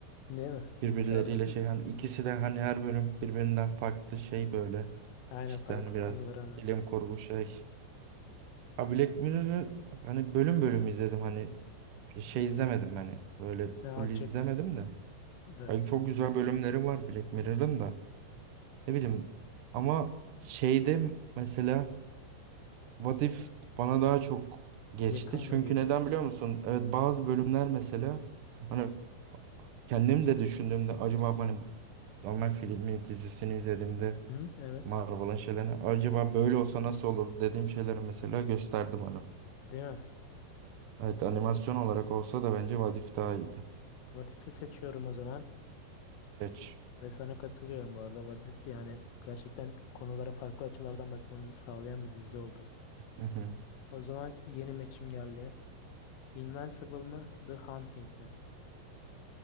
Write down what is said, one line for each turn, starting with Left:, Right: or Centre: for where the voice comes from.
Left: Değil mi?
Right: Birbirleriyle
Left: Başardım. Hı.
Right: şey hani ikisi de hani her bölüm birbirinden farklı şey böyle.
Left: Aynen
Right: İşte
Left: farklı
Right: hani biraz
Left: konuları anlatıyor.
Right: bilim kurgu şey. Ha Black Mirror'ı hani bölüm bölüm izledim hani şey izlemedim hani böyle
Left: E,
Right: full
Left: açıp
Right: izlemedim de.
Left: evet.
Right: Hani çok güzel bölümleri var Black Mirror'ın da. Ne bileyim ama şeyde mesela What If bana daha çok geçti.
Left: Yakın mı
Right: Çünkü
Left: geliyor?
Right: neden biliyor musun? Evet bazı bölümler mesela hani kendim de düşündüğümde acaba hani normal filmi dizisini izlediğimde
Left: Hı, evet.
Right: Marvel'ın şeylerini acaba böyle olsa nasıl olurdu dediğim şeyleri mesela gösterdi bana.
Left: Değil mi?
Right: Evet animasyon olarak olsa da bence What If daha iyiydi.
Left: What If'i seçiyorum o zaman.
Right: Geç.
Left: Ve sana katılıyorum bu arada. What If yani gerçekten konulara farklı açılardan bakmamızı sağlayan bir dizi oldu.
Right: Hı hı.
Left: O zaman yeni maçım geldi. Invincible mı? The Hunting mi?